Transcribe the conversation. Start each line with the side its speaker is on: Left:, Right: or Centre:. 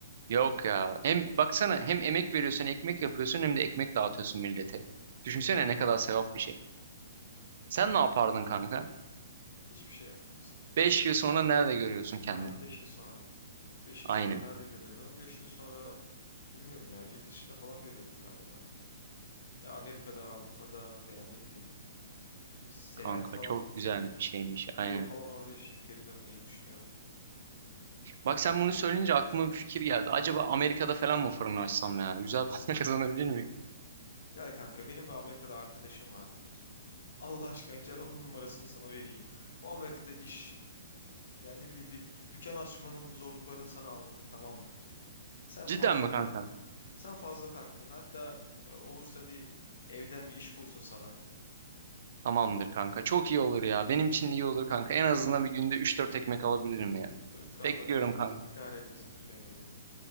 Right: Yok ya. Hem baksana hem emek veriyorsun, ekmek yapıyorsun hem de ekmek dağıtıyorsun millete. Düşünsene ne kadar sevap bir şey. Sen ne yapardın kanka?
Left: Hiçbir şey yapmazdım.
Right: Beş yıl sonra nerede görüyorsun kendini?
Left: Ha 5 yıl sonra. 5 yıl
Right: Aynen.
Left: sonra nerede görüyorum? 5 yıl sonra Bilmiyorum ya. Yurt dışında falan görüyorum galiba. Ya Amerika'da, Avrupa'da veya ne bileyim bir seyahat
Right: Kanka
Left: falan
Right: çok
Left: edip
Right: güzel bir şeymiş. Aynen.
Left: bir yıl falan orada yaşayıp geri dönmeyi düşünüyorum.
Right: Bak sen bunu söyleyince aklıma bir fikir geldi. Acaba Amerika'da falan mı fırın açsam ya? Güzel para <laughs> kazanabilir miyim?
Left: Gel kanka benim bir Amerika'da arkadaşım var. <laughs> Allah aşkına gel onun numarasını sana vereyim. O Amerika'da iş yani ne bileyim bir dükkan açmanın zorluklarını sana anlatır tamam mı? Sen
Right: Cidden
Left: fazla
Right: mi kanka?
Left: taktın. Sen fazla taktın. Hatta e, olursa bir evden bir iş bulsun sana.
Right: Tamamdır kanka. Çok iyi olur ya. Benim için de iyi olur kanka. En azından bir günde üç dört ekmek alabilirim ya.
Left: <laughs> Dur dur
Right: Bekliyorum
Left: Allah seni
Right: kanka.
Left: kahretmesin. Dur gönderiyorum.